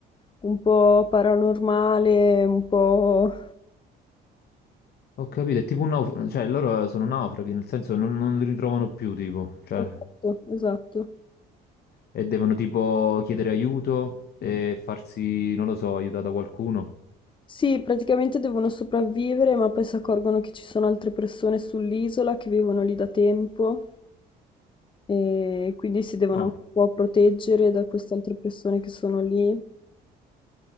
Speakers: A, on the left; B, on the left.
A: un po' paranormale, un po'...
B: Ho capito, è tipo un naufrago, cioè loro sono naufraghi, nel senso non, non li ritrovano più, tipo, cioè,
A: Esatto, esatto.
B: e devono tipo chiedere aiuto e farsi, non lo so, aiutare da qualcuno.
A: Sì, praticamente devono sopravvivere, ma poi si accorgono che ci sono altre persone sull'isola che vivono lì da tempo e quindi si devono
B: Ah.
A: anche un po' proteggere da queste altre persone che sono lì.